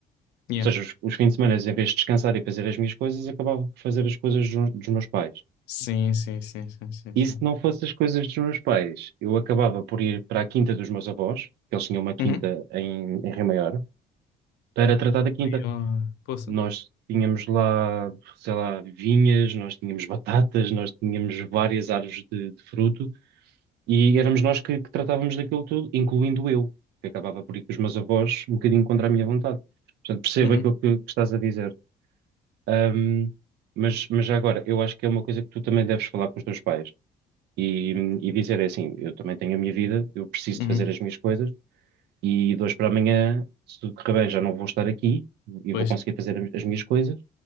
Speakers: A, on the left; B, on the right.
A: Yeah.
B: Ou seja, os, os fins de semana, em vez de descansar e fazer as minhas coisas, acabava por fazer as coisas dos, dos meus pais.
A: Sim, sim, sim, sim, sim,
B: E
A: sim.
B: se não fosse as coisas dos meus pais, eu acabava por ir para a quinta dos meus avós, que eles tinham uma quinta
A: Uhum.
B: em, em Rio Maior, para tratar da quinta.
A: Eu, poxa.
B: Nós tínhamos lá, sei lá, vinhas, nós tínhamos batatas, nós tínhamos várias árvores de, de fruto e éramos nós que, que tratávamos daquilo tudo, incluindo eu, que acabava por ir com os meus avós um bocadinho contra a minha vontade. Portanto, percebo
A: Uhum,
B: aquilo que, que estás a dizer. Ahm, mas, mas já agora, eu acho que é uma coisa que tu também deves falar com os teus pais e, e dizer é assim: eu também tenho a minha vida, eu preciso
A: uhum.
B: de fazer as minhas coisas e de hoje para amanhã, se tudo correr bem, já não vou estar aqui e
A: Pois.
B: vou conseguir fazer as minhas coisas